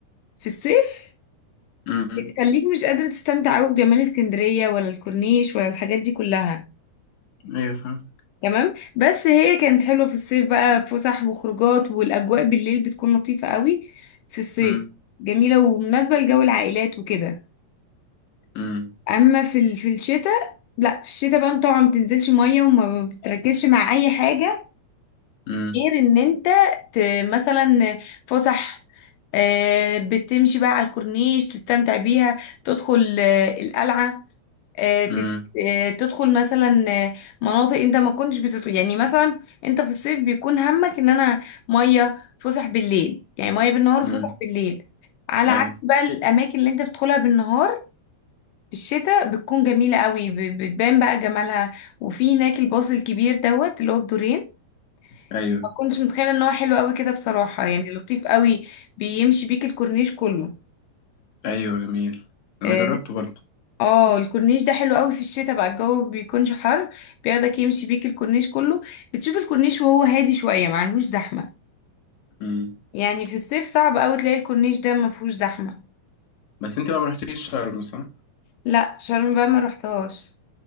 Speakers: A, on the left (about 85°); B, on the left (about 70°).
A: في الصيف
B: امم
A: بتخليك مش قادرة تستمتع قوي بجمال اسكندرية ولا الكورنيش ولا الحاجات دي كلها
B: ايوه فاهم
A: تمام بس هي كانت حلوة في الصيف بقى فسح وخروجات والأجواء بالليل بتكون لطيفة قوي في الصيف
B: امم
A: جميلة ومناسبة لجو العائلات وكده
B: امم
A: أما في ال- في الشتاء لا في الشتاء بقى انت طبعا ما بتنزلش مية وما بتركزش مع أي حاجة
B: امم
A: غير ان انت ت... مثلا فسح آه، بتمشي بقى على الكورنيش تستمتع بيها تدخل آه، القلعة آه، تت-
B: امم
A: آه، تدخل مثلا آه، مناطق انت ما كنتش بتدخل يعني مثلا انت في الصيف بيكون همك ان انا مية فسح بالليل يعني مية بالنهار وفسح
B: أمم.
A: بالليل على
B: ايوه
A: عكس بقى الاماكن اللي انت بتدخلها بالنهار في الشتاء بتكون جميلة قوي ب- بتبان بقى جمالها وفي هناك الباص الكبير دوت اللي هو بدورين
B: ايوه
A: ما كنتش متخيله ان هو حلو قوي كده بصراحه يعني لطيف قوي بيمشي بيك الكورنيش كله
B: ايوه جميل انا
A: اه
B: جربته برضه
A: آه، الكورنيش ده حلو قوي في الشتاء بقى الجو بيكونش حر بياخدك يمشي بيك الكورنيش كله بتشوف الكورنيش وهو هادي شويه ما عندهوش زحمه
B: امم
A: يعني في الصيف صعب قوي تلاقي الكورنيش ده ما فيهوش زحمه
B: بس انت بقى ما رحتيش شرم صح
A: لا شرم بقى ما رحتهاش